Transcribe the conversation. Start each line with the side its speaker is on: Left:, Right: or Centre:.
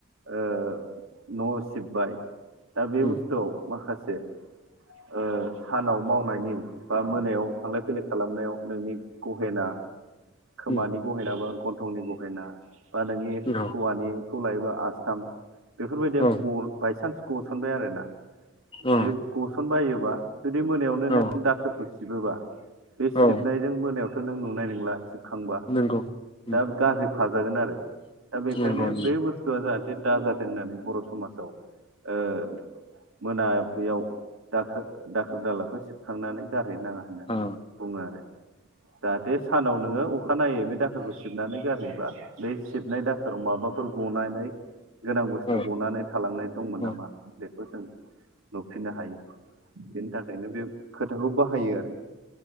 Right: ओ न' सिब्बाय। दा बे
Left: उम
Right: बुस्थुआव माखासे से ओ सानाव मावनायनि बा मोनायाव थांलाय फैलाय खालामनायाव नोंनि गहेना खोमानि
Left: उम
Right: गहेनाबा गन्थंनि गहेना। बा नोंनि
Left: नंगौ
Right: हौवानि खौ लायोबा आ थाम। बेफोरबायदिया
Left: औ
Right: ग बायसान्स गसनबाय आरो ना
Left: अ
Right: बे गसन बायो बा जुदि मोनायावनो
Left: औ
Right: नों दाखोरखौ सिबोबा बे
Left: औ
Right: सिबनायजों मोनायाव बेखौ नों नुनाय नंला सिबखांबा
Left: नंगौ उम
Right: दा गारहै फाजागोन आरो दा बेखायनो
Left: नंगौ नंगौ
Right: बे बुस्थुआ जाहाथे दा जाथों होननानै बर' समाजाव ओ मोनाब्लियाव दाखो दाखोर दालाखौ सिबखांनानै गारहैनो नाङा होननानै
Left: अ
Right: बुङो आरो जाहाथे सानाव नोङो अ अखानायै बे दाखोरखौ सिबनानै गारहैबा बे सिबनाय दाखोराव माबाफोर गनानै गोनां बुस्थु
Left: औ
Right: गनानै थालांनाय दंमोन
Left: औ
Right: नामा बेखौ जों नु फिननो हायो बिनि थाखायनो बे खोथाखौ बाहायो आरो